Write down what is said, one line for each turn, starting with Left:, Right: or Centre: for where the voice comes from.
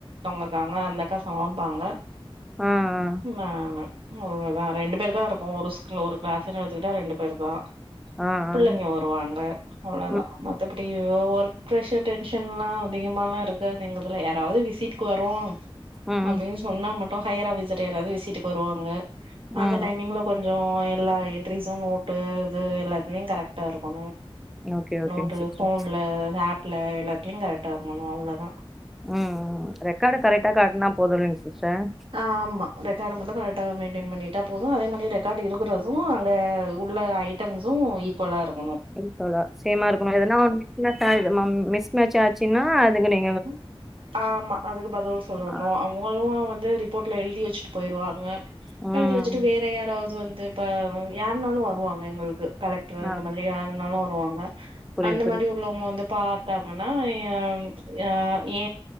Right: இருக்காங்க அந்தக்கா சமப்பாங்க
Centre: ஆ ஆ.
Right: நானு அவ்ளோதா ரெண்டு பேர் தா இருப்போ ஒரு ஸ் ஒரு கிளாஸ்ன்னு எடுத்துக்கிட்டா ரெண்டு பேர் தா
Centre: ஆ
Right: புள்ளைங்க
Centre: ஆ.
Right: ஒரு ட்டுவாங்க அவ்ளதா
Centre: ம்
Right: மத்தபடி ஒர்க் ப்ரஷர் டென்ஷன்லா அதிகமால்லா இருக்காது எங்க இதுல அதாவது விசீட்டுக்கு வர்ரோ
Centre: ம்
Right: அப்டின் சொன்னா மட்டு ஹையர் ஆஃபிசர் யாராவது விசிட்டுக்கு வருவாங்க
Centre: ம் ம்.
Right: அந்த டைமிங்ள கொஞ்சோ எல்லா என்ட்ரிஸும் நோட்டு இது எல்லாத்துளையு கரெக்ட்டா இருக்கணு
Centre: ஓகே ஓகேங்க
Right: நோட்டு
Centre: சிஸ்டர்.
Right: ஃபோன்ல ஆப்ல எல்லாத்திலையு கரெக்ட்டா இருக்கனு அவ்ளோ தா
Centre: ம் ம் ரெக்காட கரெக்டா காட்னா போது இல்லிங் சிஸ்டர்
Right: ஆமா ரெக்காட மட்டு கரெக்டா மெய்ன்டெய்ன் பண்ணிட்டா போது அதே மரி ரெக்கார்டு இருக்கறது அங்க உள்ள ஐ ஐட்டம்சு ஈக்குவலா இருக்கனு
Centre: ர்கலா சேமா இருக்குனோ எதனா மிஸ் மேட்ச்சா ஆய் மிஸ் மேட்ச்சா ஆச்சின்னா அதுகனே
Right: ம் ஆமா அதுக்கு பதில் சொல்லனு
Centre: ஆ
Right: ங்களுவா வந்து ரிப்போர்ட்ல எழுதி வச்சுட்டு போய்ருவாங்க
Centre: ம்
Right: எழுதி வச்சுட்டு வேற யாராவ்து வந்து இப்ப யாருனாலு வருவாங்க எங்ளுக்கு கலெக்ட்ரு
Centre: ஆ
Right: அந்த மாதிரி யாருனாலு வருவாங்க
Centre: புரியுது
Right: அந்த
Centre: புரியுது
Right: மாரி உள்ளவங்க வந்து பாத்தாங்கன்னா ய ஆ் ஏ